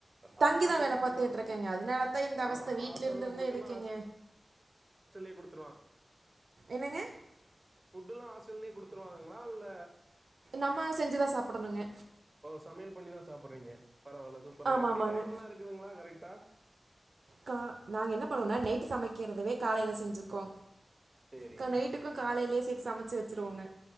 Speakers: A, on the right (about 75°); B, on the right (about 25°).
A: தங்கி
B: ஹாஸ்டல்லயே
A: தான் வேலை
B: ஃபுட்‌லா
A: பார்த்துக்கிட்டு
B: ஓக்
A: இருக்கேங்க
B: க்
A: அதனால தான் இந்த
B: அதா
A: அவஸ்தை வீட்டில்
B: ஹாஸ்டல்ல
A: இருந்திருந்தே
B: ஃபுட்லா
A: எதுக்குங்க
B: ஹாஸ் யே குடுத்துருவாங்
A: என்னங்க
B: ஃபுட்டு்லா ஹாஸ்டல்லயே குடுத்துருவாங்ளா இல்ல
A: நம்ம செஞ்சுதா சாப்படணுங்க
B: ஓ சமையல் பண்ணிதா சாப்பட்றீங்க பரவாயில்ல சூப்பருங்க
A: ஆமாம்
B: எப்டி
A: ஆமாங்க
B: டைம்லா இருக்குதுங்ளா கரெக்டா
A: கா நாங்க என்ன பண்ணுவோனா நைட்டு சமைக்கிறதவே காலைல செஞ்சுக்கோ
B: சேரி
A: க நைட்டுக்கு காலையிலேயே சேத்து சமைச்சு வெச்சுருவோங்க